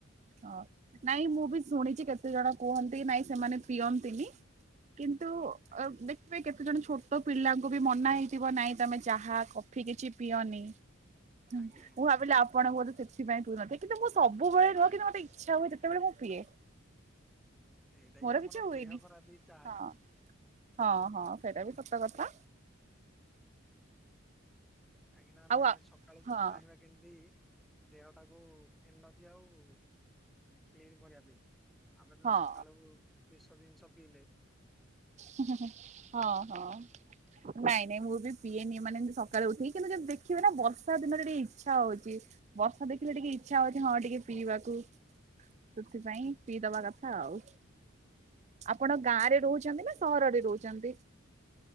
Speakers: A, on the right (about 35°); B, in the centre.
A: ହଁ -ନାଇଁ ମୁଁ ବି ଶୁଣିଚି କେତେ ଜଣ କୁହନ୍ତି ନାଇଁ ସେମାନେ ପିଅନ୍ତିନି। କିନ୍ତୁ
B: ଆଜ୍ଞା
A: ଅ- ଦେ ଏ କେତେ ଜଣ ଛୋଟ ପିଲାଙ୍କୁ ବି ମନା ହେଇଥିବ ନାଇଁ ତମେ ଚାହା, କଫି କିଛି ପିଅନି। ହୁଁ ମୁଁ
B: ଆଜ୍ଞା ଆଜ୍ଞା
A: ଭାବିଲି ଆପଣଙ୍କୁ ବୋଧେ ସେଥିପାଇଁ କୁହନ୍ତି କିନ୍ତୁ ମୁଁ ସବୁବେଳେ
B: ନାଇଁ
A: ନୁହଁ କିନ୍ତୁ ମତେ ଇ ଆଛା ହବ ଯେତେବେଳେ ମୁଁ ପିଏ।
B: ଏଇଟା
A: ମୋର
B: ବି ଆମର
A: କିଛି ହୁଏନି
B: ଦେହ ଖରାପ୍ ହୁଏ ଚାହା
A: ହଁ
B: ଟା।
A: ହଁ ହଁ ସେଇଟା ବି ସତ କଥା।
B: କାହିଁକିନା ଆମେ
A: ଆଉ ଆ
B: ସକାଳୁ
A: ହଁ
B: ଚାହିଁବା କି <unintelligible> ଦେହ ଟାକୁ ଏନର୍ଜି ଆଉ କ୍ଲିନ୍ କରିବା ପାଇଁ। ଆମେ ତ
A: ହଁ
B: ସକାଳୁ ବିଷ ଜିନିଷ ପିଇଲେ
A: ହଁ- ହଁ। ନାଇଁ -ନାଇଁ ମୁଁ ବି ପିଏନି ମାନେ ସକାଳେ ଉଠି କିନ୍ତୁ ଦେଖିବେ ନା ବର୍ଷା ଦିନରେ
B: ଆଜ୍ଞା
A: ଟିକେ ଇଛା ଇଛା ହଉଚି ବର୍ଷା ଦେଖିଲେ ଟିକେ ଇଚ୍ଛା ହଉଚି ହଁ ଟିକେ ପିଇବାକୁ। ସେଥିପାଇଁ ପିଇ ଦବା କଥା ଆଉ। ଆପଣ
B: ଆଜ୍ଞା
A: ଗାଁରେ ରହୁଚନ୍ତି ନା ସହରରେ ରହୁଚନ୍ତି?